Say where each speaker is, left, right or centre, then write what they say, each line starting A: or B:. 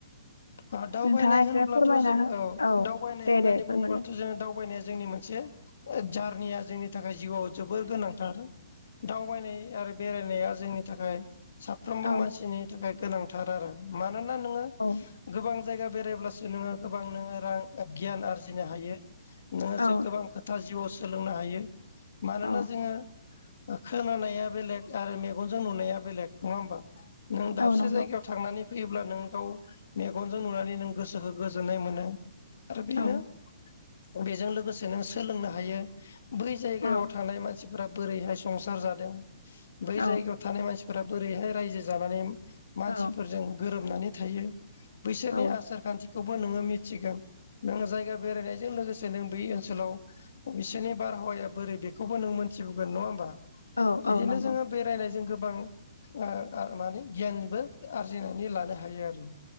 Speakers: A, on the left; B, on the left.
A: अ दावबायनाय
B: नोंथाङा एसे
A: होनब्लाथ'
B: फोरमायना
A: जों
B: हो
A: औ दावबायनाय
B: दे
A: होननानै
B: दे फोरमायलाय
A: बुङोब्लाथ' जो दावबायनाया जोंनि मोनसे जारनिया जोंनि थाखाय जिउआव जोबोर गोनांथार। दावबायनाय आरो बेरायनाया जोंनि थाखाय साफ्रोमबो
B: औ
A: मानसिनि थाखाय गोनांथार आरो मानोना नोङो
B: औ
A: गोबां जायगा बेरायब्लासो नोङो गोबां नोङो रां गियान आरजिनो हायो नोङो
B: औ
A: जे गोबां खोथा जिउआव सोलोंनो हायो । मानोना
B: औ
A: जोङो। खोनानाया बेलेग आरो मेगनजों नुनाया बेलेग नङा ओमबा? नों दाबसे
B: औ नंगौ
A: जायगायाव थांनानै फैयोब्ला नोंथाव मेगनजों नुनानै नों गोसोखौ गोजोननाय मोनो। आरो बेनो
B: औ
A: बेजों लोगोसे नों सोलोंनो हायो बै जायगायाव
B: औ
A: थानाय मानसि मानसिफोरा बोरैहाय संसार जादों । बै
B: औ
A: जायगायाव थानाय मानसिफोरा बोरैहाय रायजो जानानै मानसिफोरजों
B: औ
A: गोरोबनानै थायो बैसोरनि
B: औ
A: आसार खान्थिखौबो नोङो मिथिगोन। नोङो जायगा बेरायनायजों लोगोसे नों बे ओनसोलाव बिसोरनि बारहावाया बोरै बेखौबो नों मोनथिबोगोन नङा ओमबा?
B: औ
A: बिदिनो
B: औ नंगौ
A: जोङो बेरायनायजों गोबां ओ ओ माने गियानबो आरजिनो लानो हायो आरो